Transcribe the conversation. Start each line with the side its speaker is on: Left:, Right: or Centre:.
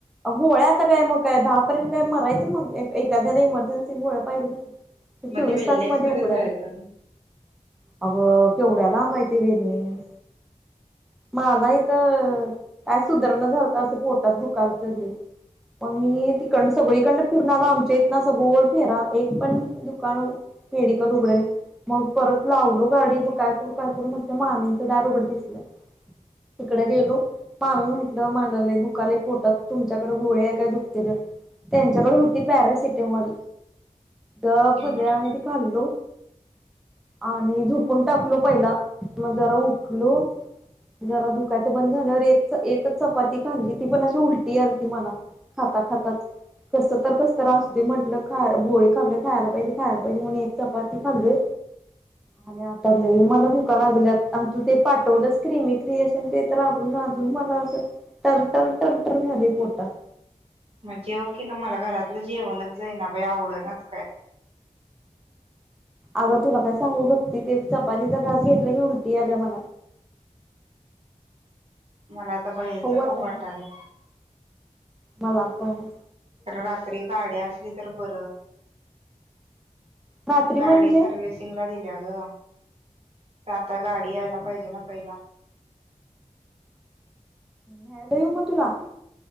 Centre: गोळ्या आता काय मग काय दहा पर्यंत काय मरायचं मग. एखाद्याला इमर्जन्सी मुळ पाहिजेस
Right: मग
Centre: चोवीस
Right: ते वेलनेस
Centre: तास मध्ये उघडत
Right: जायचं
Centre: अगं केवढ्या लांब आहे ते वेरणी. मला इथ काय सुधरणा झालत असं पोटात दुखालत. मग मी तिकडन सगळीकडन फिरुण आलो आमच्या इथन गोल फेरा एक पण दुकान मेडिकल उघड नाही. मग परत लावलो गाडी मग काय करू काय करू मग त्या मामीनचं दार उघडं दिसलं. तिकडे गेलो मामी म्हंटलं मला लय दुखालय पोटात तुमच्याकडे गोळी आहे काय दुखतय तर. त्यांच्याकडे होती पॅरासिटेमॉल गप <unintelligible>
Right: मग
Centre: आणि खाल्लो आणि झोपून टाकलो पहिला मग जरा उठलो जरा दुकायचं बंद झाल्यावर एक एकच चपाती खाल्ली ती पण अशी उलट उलटे आलती मला खाता खाताच. कस तर कस तर असु म्हटलं खाय गोळी खाल्ली खायला पाहिजे खायला. हिजे म्हणून एक चपाती खाल्ली. आणि आता लई ला भुका लागल्यात. आण तू ते पाठवलंस क्रीमी. क्रिएशन तर अजून अजून मला असं टर टर झालेय पोटात.
Right: म जेव की ग. मला घरातलं जेवणच जाई ना बाई. आवडनाच काय.
Centre: अगं तुला काय सांगू भक्ती. ते चपातीचा घास घेतला की उलटी आल्या मला.
Right: मला आता बाहेरचं
Centre: खाऊ वाटाना
Right: खाउ वाटलंय.
Centre: मला पण.
Right: रात्री गाडी असली तर बरं.
Centre: रात्री
Right: गाडी
Centre: म्हणजे
Right: सर्विस गला दिल्या ग. आता गाडी यायला पाहिजे ना पहिला.
Centre: न्यायला येऊ म तुला?